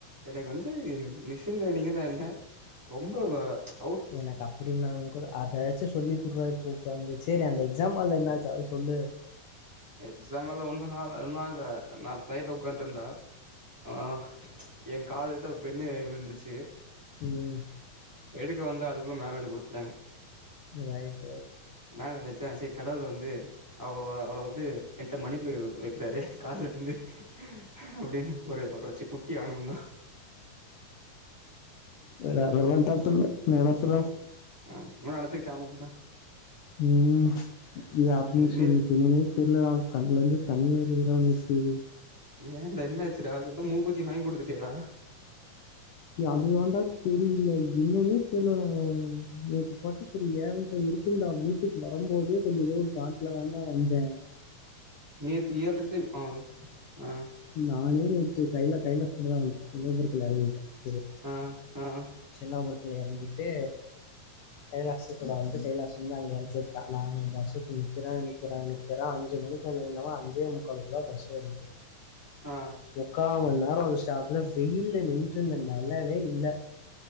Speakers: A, in the centre; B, on the left.
A: எனக்கு வந்து மிஷ் <unintelligible> நீங்கன்ன என்ன ரொம்ப ச்
B: எனக்கு அப்பிடினாலும் கூட அத வச்சும் சொல்லி குடுறா இப்போ உக்காந்து சேரி எக்ஸாம் ஹால்ல என்னாச்சு அத சொல்லு
A: எக்ஸாம் எல்லாம் ஒன்னும் ஒன்னும் ஆகுல நான் சைடுல ஒக்காந்துட்டுருந்த ஆ எங் காலு கிட்ட ஒரு பெண்ணு விழுந்துச்சு
B: உம்
A: எடுக்க வந்தா அதுக்குள்ள மேமடு கொடுத்துட்டாங்க
B: ரைட் ரைட்
A: நா என்ன நெனச்சே சேரி கடவுள் வந்து அவ அவள வந்து எங்கிட்ட வந்து மன்னிப்பு கேக்க வைக்கிறாரே காலைலே இருந்து அப்டின்னு ஒரு ஒருரச்சு கு தியானம்னா
B: வேற அதெல்லாம் தப்பு இல்லே நெனப்பு தான்
A: ஆ சும்மா நெனச்சுட் <unintelligible>
B: உம் இ அட்மிஷன்
A: நேத்
B: <unintelligible> திருலலா கண்ணல இருந்து தண்ணி வருகிறான்னுக்கு
A: ஏண்டா என்னாச்சு ராகுல் மூக்குத்தி வாங்கி குடுத்துட்டியேடா
B: ஏ அது தாண்டா தெரில என்னன்னே தெர்லடா நேத்து பக்கத்துல ஏழ்ர இருக்குன்டா வீட்டுக்கு வரும்போதே கொஞ்சம் ஏதோ ஒரு காட்ல தாண்டா வந்தேன்
A: நேத்து ஏழு இருக்கு த ஆ ஆஹ்
B: நானேநேத்து கையில கையில சுட்டுதா வந்த <unintelligible>
A: ஆஹ் ஆஹ்
B: தல்லாபுரத்தில் இறங்கிட்டு கைலாஷ் கூட வந்து கைலாஷ் வந்து அங்கே இறக்கி விட்டான் நான் அங்க பஸ்ஸுக்கு நிற்கிறேன் நிற்கிறேன் நிற்கிறேன் அஞ்சு மணிக்கு வந்து நின்னவேன் அஞ்சே முக்காலுக்கு தான் பஸ் வருது
A: ஆ
B: முக்கா மண் நேரம் ஒரு ஸ்டாப்ல வெயில்ல நின்ருந்தேன்டா நல்லாவே இல்ல